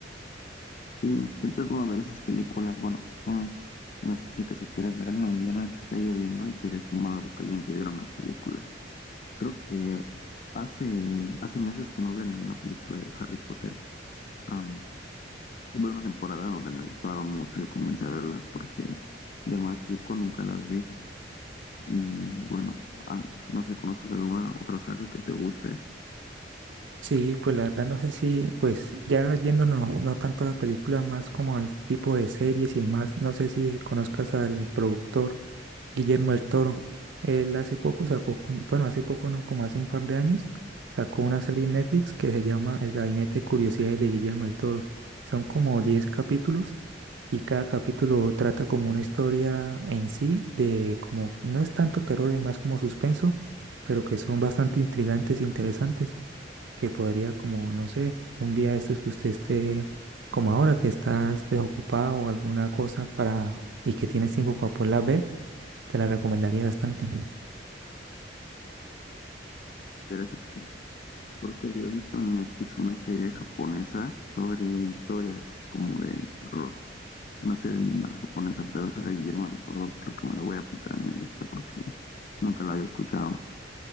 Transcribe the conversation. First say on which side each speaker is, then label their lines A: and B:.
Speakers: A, on the left (about 45°); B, on the right (about 85°).
A: Sí, siempre es bueno ver esas películas, bueno, son las típicas que quieres ver en un día en el que está lloviendo y quieres tomar algo caliente y ver una película. Creo que hace, hace meses que no veo ninguna película de Harry Potter. Am, hubo una temporada donde me gustaron mucho y comencé a verlas porque de más chico nunca las vi. Y bueno, am, no sé, ¿conoces alguna otra saga que te guste?
B: Sí, pues la verdad no sé si, pues ya yéndonos no no tanto a la película, más como al tipo de series y demás, no sé si conozcas al productor Guillermo del Toro. Él hace poco sacó, como- bueno, hace poco no, como hace un par de años, sacó una serie en Netflix que se llama El Gabinete de Curiosidades de Guillermo del Toro. Son como 10 capítulos y cada capítulo trata como una historia en sí, de como, no es tanto terror, es más como suspenso, pero que son bastante intrigantes e interesantes que podría como, no sé, un día de estos que usted esté como ahora que estás desocupado o alguna cosa para y que tienes tiempo para poderla ver, te la recomendaría bastante.
A: Interesante. Creo que había visto en Netflix una serie japonesa sobre historias como de terror. una serie animada japonesa, pero esa de Guillermo del Toro creo que me la voy a apuntar en mi lista porque nunca la había escuchado.